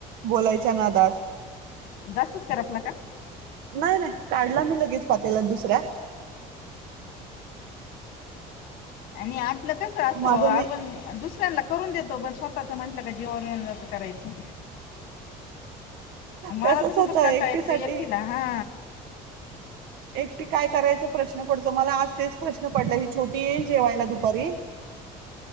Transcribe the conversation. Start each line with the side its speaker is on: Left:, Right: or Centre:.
Right: बोलायच्या नादात
Left: जास्तच कर आपला का
Right: नाही नाही काढला मी लगेच पातला दुसऱ्या
Left: आणि आज कस असतो
Right: माझं
Left: आपण
Right: नाही
Left: दुसऱ्या करून देतो पण स्वतःचं म्हटलं का जीवावर जात कराचं मला
Right: तसंच
Left: तर खूपच
Right: होतं
Left: कंटाळ
Right: एकटीसाठी
Left: येतो एकटीला हा
Right: एकटी काय करायच प्रश्न पडतो मला आज तेच प्रश्न पडला ही छोटी येईल जेवायला दुपारी.